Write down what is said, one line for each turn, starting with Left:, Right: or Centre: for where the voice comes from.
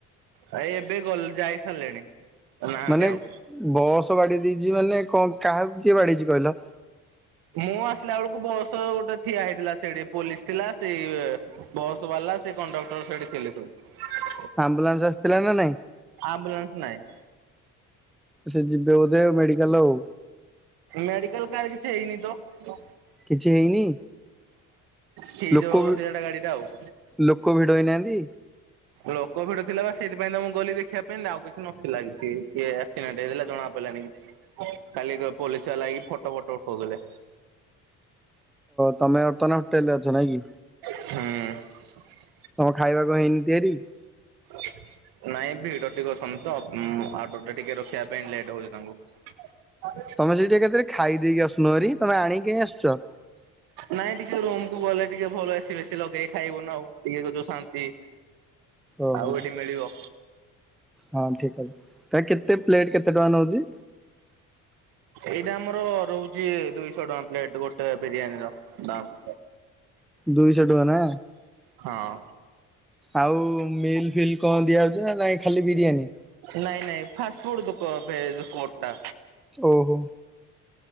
Right: ଆ ଏବେ ଗଲ ଯାଇ ସାରିଲେଣି। ନାହାନ୍ତି
Centre: ମାନେ
Right: ଆଉ।
Centre: ବସ ବାଡି ଦେଇେଇଛି ମାନେ କଣ କାହାକୁ କିଏ ବାଡେଇଛି କହିଲ?
Right: ମୁଁ ଆସିଲା ବେଳକୁ ବସ ଗୋଟେ ଠିଆ ହେଇଥିଲା ସେଠି ପୋଲିସ ଥିଲା ସେଇ ବସ୍ ବାଲା ସେ କଣ୍ଡକ୍ଟର ସେଠି ଥିଲେ ସବୁ।
Centre: ଆମ୍ବୁଲାନ୍ସ ଆସିଥିଲା ନା ନାଇଁ?
Right: ଆମ୍ବୁଲନ୍ସ ନାହିଁ।
Centre: ସେ ଯିବେ ବୋଧେ ମେଡିକାଲ ଆଉ।
Right: ମେଡିକାଲ କାହାର କିଛି ହେଇନି ତ? ନା
Centre: କିଛି ହେଇନି?
Right: ସେଇ
Centre: ଲୋକ
Right: ଯୋଉ
Centre: ବି
Right: ବୋଧେ ଏଟା ଗାଡି ଟା ଆଉ।
Centre: ଲୋକ ଭିଡ ହେଇ ନାହାନ୍ତି?
Right: ଲୋକ ଭିଡ ଥିଲା ବା ସେଇଥିପାଇଁ ତ ମୁଁ ଗଲି ଦେଖିବା ପାଇଁ ଆଉ କିଛି ନଥିଲା କିଛି କିଏ ଆକ୍ସିଡେଣ୍ଟ ହେଇଥିଲା ଜଣା ପଡ଼ିଲାନି। ଖାଲି ପୋଲିସ ବାଲାହେଇକି ଫଟୋ ଫଟ ଉଠଉଥିଲେ।
Centre: ତ ତମେ ବର୍ତ୍ତମାନ ହୋଟେଲ ରେ ଅଛ ନାଇଁ କି?
Right: ହୁଁ।
Centre: ତମ ଖାଇବାକୁ ହେଇନି ତିଆରି?
Right: <inaudible> ନାଇଁ ଭିଡ ଟିକେ ଅଛନ୍ତି ତ ଆଉଡର ଟା ଟିକେ ରଖିବା ପାଇଁ ଲେଟ ହଉଛି ତାଙ୍କୁ।
Centre: ତମେ ସେଇଠି ଏକା ଥରେ ଖାଇ ଦେଇକି ଆସୁନ ହେରି ତମେ ଆଣିକି କାଇଁ ଆସୁଛ?
Right: ନାଇଁ ଟିକେ ରୁମ କୁ ଗଲେ ଟିକେ ଭଲ ବସି ବେଶୀ ଲଗେଇ ଖାଇବୁ ନା ଆଉ ଟିକେ ଯଉ ଶାନ୍ତି।
Centre: ଓହୋ।
Right: ଆଉ ଏଠି ମିଳିବ।
Centre: ହଁ ଠିକ ଅଛି ତା କେତେ ପ୍ଲେଟ କେତେ ଟଙ୍କା ନଉଛି?
Right: ଏଇଟା ଆମର ରହୁଛି ଦୁଇଶହ ଟଙ୍କା ପ୍ଲେଟ ଗୋଟେ ବିରିୟାନୀର ଦାମ୍।
Centre: ଦୁଇଶହ ଟଙ୍କା ନା?
Right: ହଁ।
Centre: ଆଉ ମିଲ୍ ଫିଲ୍ କଣ ଦିଆ ହଉଛି ନା ନାଇ ଖାଲି ବିରିୟାନୀ?
Right: ନାଇଁ ନାଇଁ ଫାଷ୍ଟ ଫୁଡଟା କଡଟା।
Centre: ଓହୋ।